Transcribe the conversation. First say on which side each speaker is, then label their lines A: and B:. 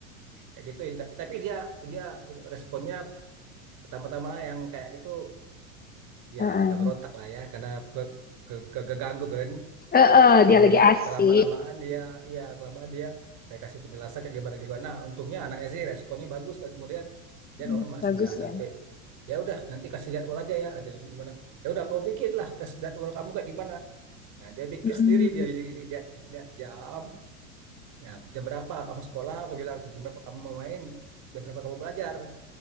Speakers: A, on the right; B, on the left.
A: kayak gitu. Tapi tapi dia dia responnya pertama-tama yang kayak gitu ya
B: uh-uh.
A: agak berontak lah ya karena ke, ke, ke- keganggu kan.
B: Uh-uh,
A: Nah, tapi kemudian
B: dia lagi asik.
A: kelama-lamaan dia ya kelamaan dia saya kasih penjelasan kayak gimana gimana. Nah, untungnya anaknya sih responnya bagus dan kemudian dia
B: Mm,
A: normal
B: bagus
A: sih nggak sampai
B: ya.
A: ya udah nanti kasih jadwal aja ya katanya gimana. Ya udah kau pikirlah kasih jadwal kamu kayak gimana. Nah, dia pikir
B: Mm-mm.
A: sendiri dia li- li- lihat lihat jam. Nah, jam berapa kamu sekolah? Aku bilang jam berapa kamu mau main? Jam berapa kamu belajar?